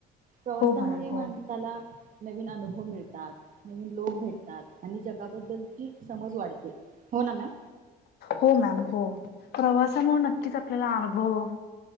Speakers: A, on the right; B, on the left.
A: प्रवासामुळे
B: हो मॅम
A: माणसाला
B: हो
A: नवीन अनुभव मिळतात. नवीन लोक भेटतात. आणि जगाबद्दलची समज वाढते. हो ना मॅम
B: हो मॅम हो प्रवासामुळे नक्कीच आपल्याला अनुभव